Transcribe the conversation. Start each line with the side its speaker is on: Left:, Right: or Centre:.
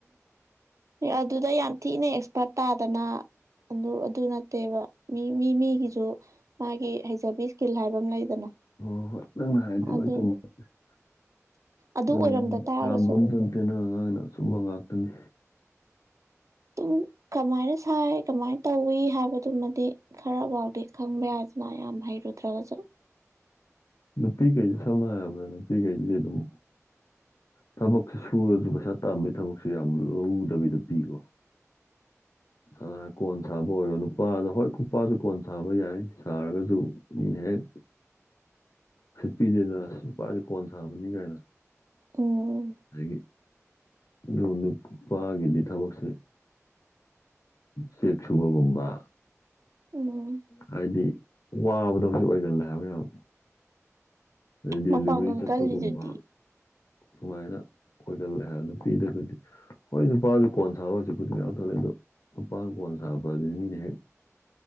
Right: ꯎꯝ ꯑꯗꯨꯗ ꯌꯥꯝ ꯊꯤꯅ ꯑꯦꯛꯁꯄꯥꯔꯠ ꯇꯥꯗꯅ ꯑꯗꯨ ꯑꯗꯨ ꯅꯠꯇꯦꯕ ꯃꯤ ꯃꯤ ꯃꯤꯒꯤꯁꯨ ꯃꯥꯒꯤ ꯍꯩꯖꯕꯤ ꯀꯤꯜ ꯍꯥꯏꯕ ꯑꯝ ꯂꯩꯗꯅ
Left: ꯑꯣ ꯍꯣꯏ ꯅꯪꯅ ꯍꯥꯏꯔꯗꯤ
Right: ꯑꯗꯨ
Left: ꯂꯣꯏ ꯆꯨꯃꯦ <unintelligible>
Right: ꯑꯗꯨ
Left: <unintelligible> ꯅꯪ
Right: ꯑꯣꯏꯔꯝꯗ ꯇꯥꯔꯒꯁꯨ
Left: ꯉꯥꯡꯉꯤꯗꫭ ꯑꯆꯨꯝꯕ ꯉꯥꯛꯇꯅꯦ
Right: ꯇꯨꯝ ꯀꯃꯥꯏꯅ ꯁꯥꯏ ꯀꯃꯥꯏꯟ ꯇꯧꯏ ꯍꯥꯏꯕꯗꯨꯃꯗꯤ ꯈꯔ ꯕꯥꯎꯗꯤ ꯈꯪꯕ ꯌꯥꯏꯗꯅ ꯌꯥꯝ ꯍꯩꯔꯨꯗ꯭ꯔꯒꯖꯨ
Left: ꯅꯨꯄꯤꯒꯩꯖꯦ ꯁꯝꯅ ꯍꯥꯏꯔꯕꯗ ꯅꯨꯄꯤꯈꯩꯖꯦ ꯑꯗꯨꯝ ꯊꯕꯛ ꯁꯨꯔꯖꯨ ꯄꯩꯁꯥ ꯇꯥꯟꯕꯩ ꯊꯕꯛꯁꯨ ꯌꯥꯝ ꯂꯧꯗꯕꯤꯗ ꯄꯤꯀꯣ
Right: <inaudible>
Left: ꯑ ꯀꯣꯟ ꯁꯥꯕ ꯑꯣꯏꯔꯣ ꯅꯨꯄꯥꯗ ꯍꯣꯏ ꯅꯨꯄꯥꯖꯨ ꯀꯣꯟ ꯁꯥꯕ ꯌꯥꯏ ꯁꯥꯔꯒꯁꯨ ꯃꯤꯅ ꯍꯦꯛ ꯁꯤꯠꯄꯤꯗꯦꯗꯅ ꯁꯤ ꯅꯨꯄꯥꯖꯦ ꯀꯣꯟ ꯁꯥꯕꯅꯤ ꯀꯥꯏꯅ
Right: ꯎꯝ
Left: ꯑꯗꯒꯤ ꯑꯗꯨ ꯅꯨꯄꯥꯒꯤꯗꯤ ꯊꯕꯛꯁꯦ ꯆꯦꯛ ꯁꯨꯕꯒꯨꯝꯕ
Right: ꯎꯝ
Left: ꯍꯥꯏꯗꯤ ꯋꯥꯕꯗ <unintelligible> ꯑꯣꯏꯒꯜꯂꯦꯕ ꯌꯥꯝ ꯑꯗꯩ
Right: ꯃꯄꯥꯡꯒꯜ
Left: ꯗꯦꯂꯤꯚꯔꯤ ꯆꯠꯄꯒꯨꯝꯕ
Right: ꯀꯜꯂꯤꯗꯨꯗꯤ
Left: ꯗꯨꯃꯥꯏꯅ ꯈꯣꯏꯒꯜꯂꯦ ꯍ ꯅꯨꯄꯤꯗꯒꯗꯤ ꯍꯣꯏ ꯅꯨꯄꯥꯖꯨ ꯀꯣꯟ ꯁꯥꯕ ꯍꯖꯤꯛꯄꯨꯗꯤ ꯃꯌꯥꯝ ꯇꯧꯅꯩ ꯑꯗꯣ ꯅꯨꯄꯥꯅꯥ ꯀꯣꯟ ꯁꯥꯕꯖꯦ ꯃꯤꯅ ꯍꯦꯛ